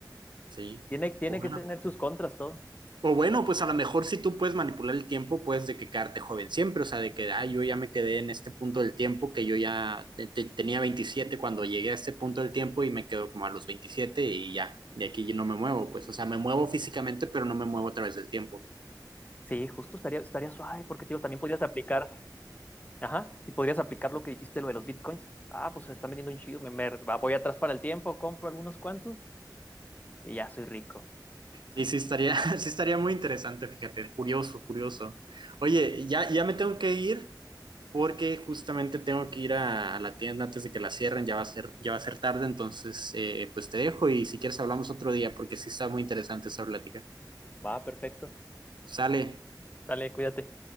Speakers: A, on the right; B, on the left.
A: sí.
B: Tiene, tiene
A: Bueno.
B: que tener sus contras todo.
A: O bueno, pues a lo mejor si tú puedes manipular el tiempo, puedes de que quedarte joven siempre, o sea, de que, ah, yo ya me quedé en este punto del tiempo, que yo ya te- te- tenía 27 cuando llegué a este punto del tiempo y me quedo como a los 27 y ya, de aquí yo no me muevo, pues, o sea, me muevo físicamente, pero no me muevo a través del tiempo.
B: Sí, justo estaría, estaría suave porque, tío, también podrías aplicar, ajá, y podrías aplicar lo que dijiste, lo de los bitcoins. Ah, pues se están vendiendo un chido, me, me ah, voy atrás para el tiempo, compro algunos cuantos y ya soy rico.
A: Sí, sí estaría, <laughs> sí estaría muy interesante, fíjate, curioso, curioso. Oye, ya, ya me tengo que ir, porque justamente tengo que ir a, a la tienda antes de que la cierren, ya va a ser, ya va a ser tarde, entonces eh, pues te dejo y si quieres hablamos otro día porque sí está muy interesante esa plática.
B: Va, perfecto.
A: Sale.
B: Dale, cuídate.